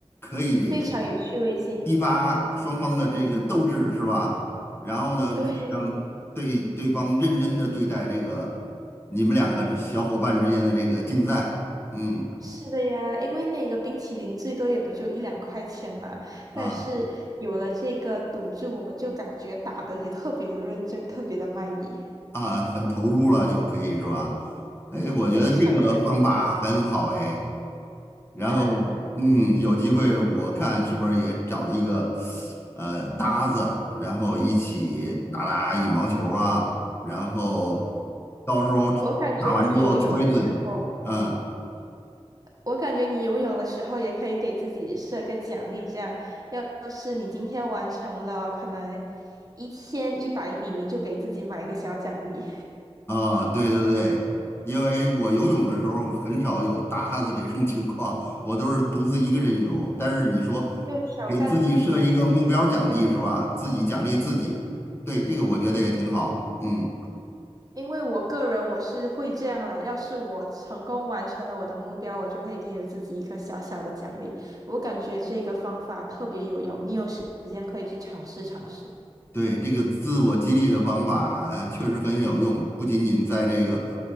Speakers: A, on the left; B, on the right.
A: 可以。
B: 非常有趣味性。
A: 激发双方的这个斗志是吧？然后呢，
B: 对，
A: 可以让对对方认真的对待这个你们两个这小伙伴之间的这个竞赛，嗯
B: 是的呀，因为那个冰淇淋最多也不就一两块钱嘛，但是有了这个赌注，
A: 啊
B: 我们就感觉打的也特别的认真，特别的卖力，
A: 啊，很投入了就可以是吧？哎，我觉得这个方法很好哎。
B: 非常真。
A: 然后
B: 嗯，
A: 嗯，有机会我看是不是也找一个呃搭子，然后一起打打羽毛球啊，然后到时候打完之后搓一顿，
B: 我感觉你游泳的时候。
A: 嗯。
B: 我感觉你游泳的时候也可以给自己设个奖励，这样，要要是你今天完成了可能一千一百米，你就给自己买一个小奖励，
A: 啊，对对对，因为我游泳的时候很少有搭子这种情况，我都是独自一个人游。但是你说
B: <laughs> 就挑战自己嘛。
A: 给自己设一个目标奖励是吧？自己奖励自己，
B: 是的。
A: 对，这个我觉得也挺好。嗯。
B: 因为我个人我是会这样啦，要是我成功完成了我的目标，我就会给我自己一个小小的奖励。我感觉这个方法特别有用，你有时间可以去尝试尝试。
A: 对，这个自我激励的方法呃确实很有用，不仅仅在这个